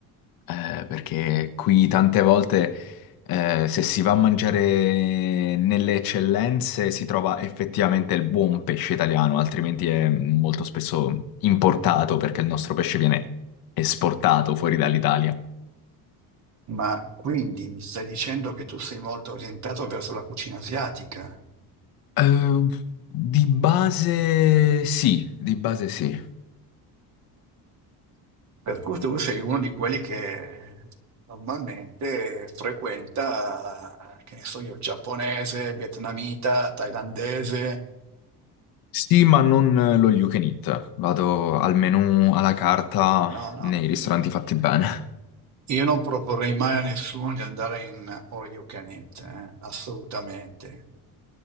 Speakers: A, on the left; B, on the right.
A: eh, perché qui tante volte eh, se si va a mangiare nelle eccellenze si trova effettivamente il buon pesce italiano, altrimenti è molto spesso importato perché il nostro pesce viene esportato fuori dall'Italia.
B: Ma quindi mi stai dicendo che tu sei molto orientato verso la cucina asiatica,
A: Eh, di base sì, di base sì.
B: per cui tu sei uno di quelli che normalmente frequenta, che ne so io, giapponese, vietnamita, thailandese.
A: Sì, ma non lo you can eat. Vado al menù alla carta
B: No, no.
A: nei ristoranti fatti bene.
B: Io non proporrei mai a nessuno di andare in all you can eat, eh, assolutamente.